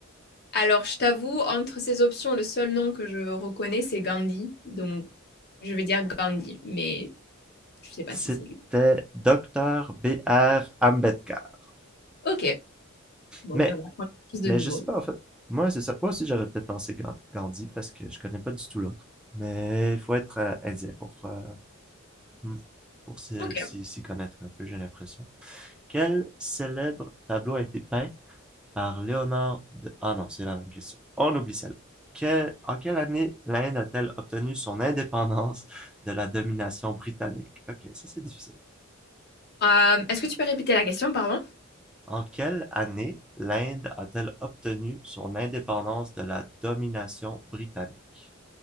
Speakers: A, on the left; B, in the centre.
A: Alors, je t'avoue, entre ces options, le seul nom que je reconnais, c'est Gandhi. Donc, je vais dire Gandhi, mais je sais pas
B: C'était
A: si c'est lui.
B: Docteur B. R. Ambedkar.
A: Ok. Bon,
B: Mais
A: ben, on apprend tous de
B: Mais
A: nouveau.
B: je sais pas, en fait. Moi, c'est ça. Moi aussi, j'aurais peut-être pensé Ga- Gandhi parce que je connais pas du tout l'autre. Mais il faut être euh, indien pour, euh, hmm, pour s'y
A: Ok.
B: s'y- s'y connaître un peu, j'ai l'impression. Quel célèbre tableau a été peint par Léonard de... Ah non, c'est la même question. On oublie celle. Que... En quelle année l'Inde a-t-elle obtenu son indépendance de la domination britannique? Ok, ça c'est difficile.
A: Euh, est-ce que tu peux répéter la question, pardon?
B: En quelle année l'Inde a-t-elle obtenu son indépendance de la domination britannique?